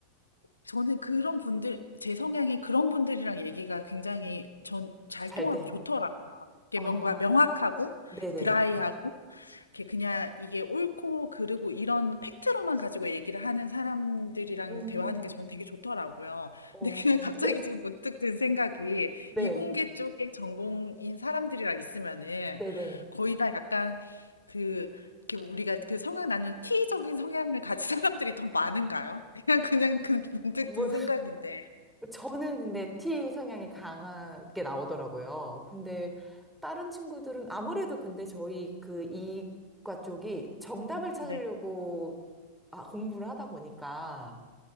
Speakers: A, on the left; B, in the centre.
A: 저는 그런 분들, 제 성향이 그런 분들이랑 얘기가 굉장히 전 잘
B: 잘
A: 통하고
B: 돼요.
A: 좋더라고요. 이게
B: 어,
A: 뭔가 명확하고
B: 네네.
A: 드라이하고 이렇게 그냥 이게 옳고 그르고 이런 팩트로만 가지고 얘기를 하는 사람들이랑
B: 음,
A: 대화하는 게 저는 되게 좋더라고요.
B: 어,
A: 근데 그냥 <laughs> 갑자기
B: 네,
A: 지금 문득 든 생각이
B: 네,
A: 이공계 쪽에 전공인 사람들이랑 있으면은
B: 네네.
A: 거의 다 약간 그 이렇게 우리가 그 성향 나누는 T적인 성향을 가진 <laughs> 사람들이 더 많은가요? 그냥 그냥 그 문득
B: 뭐
A: 든 생각인데.
B: 저는 근데 T 성향이 강하게 나오더라고요. 근데 다른 친구들은 아무래도 근데 저희 그 이과 쪽이 정답을 찾으려고
A: 네.
B: 아, 공부를 하다 보니까